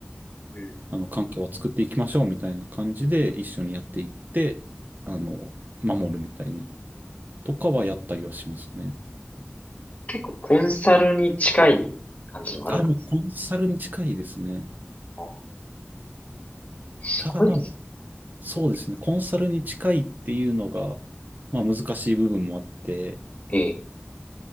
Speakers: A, on the left; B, on the right.
A: うんうん
B: あの、環境を作っていきましょうみたいな感じで一緒にやっていって、あの、守るみたいな、とかはやったりはしますね。
A: 結構コンサルに近い感じでもあるんですね。
B: あ、もうコンサルに近いですね。
A: あーすごいですね。
B: ただまあ、そうですね。コンサルに近いっていうのが、まあ難しい部分もあって、
A: ええ、